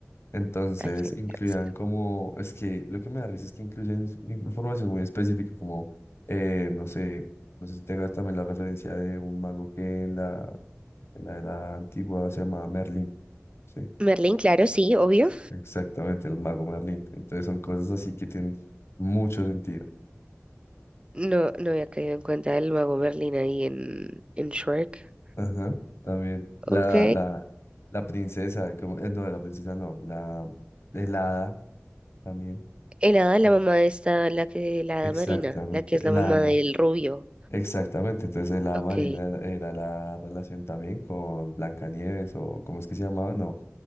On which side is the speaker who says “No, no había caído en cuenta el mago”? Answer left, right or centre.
Right